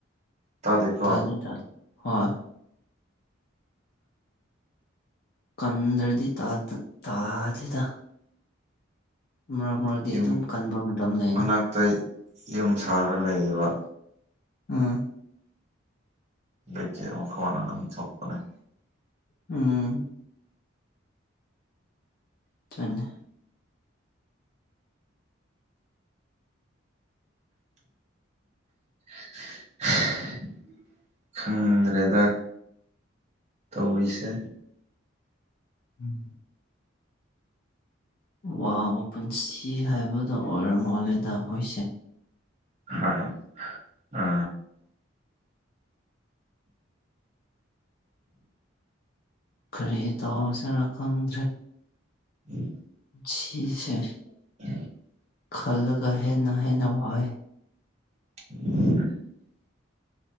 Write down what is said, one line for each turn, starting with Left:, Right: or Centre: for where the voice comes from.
Right: ꯇꯥꯗꯦꯀꯣ
Left: ꯇꯥꯗꯤ ꯇꯥꯗꯤꯦ ꯍꯣꯏ ꯀꯟꯗ꯭ꯔꯗꯤ ꯇꯥꯗꯤꯗ ꯃꯔꯛ ꯃꯔꯛꯇꯗꯤ
Right: ꯌꯨꯝ
Left: ꯑꯗꯨꯝ ꯀꯟꯕ ꯃꯇꯝ ꯂꯩ ꯑꯩꯅ
Right: ꯃꯅꯥꯛꯇ ꯌꯨꯝ ꯁꯥꯔ ꯂꯩꯌꯦꯕ
Left: ꯑꯥ
Right: ꯂꯩꯆꯦ ꯁꯣꯄꯅꯦ
Left: ꯎꯝ ꯊꯃꯦ
Right: <inaudible> <inaudible> ꯈꯪꯗ꯭ꯔꯦꯗ ꯇꯧ ꯏꯁ
Left: ꯎꯝ ꯋꯥꯕ ꯄꯨꯟꯁꯤ ꯍꯥꯏꯕꯗꯣ ꯑꯣꯏꯔ ꯃꯥꯜꯂꯦꯗ ꯑꯩꯈꯣꯏꯁꯦ
Right: ꯍ ꯍ ꯑ
Left: ꯀꯔꯤ ꯇꯧꯁꯤꯔꯥ ꯈꯪꯗ꯭ꯔꯦ
Right: ꯎꯝ
Left: ꯁꯤ ꯁꯔ
Right: <inaudible>
Left: ꯈꯜꯒꯍꯦ ꯅꯍꯦ ꯅꯋꯥꯏ
Right: ꯎ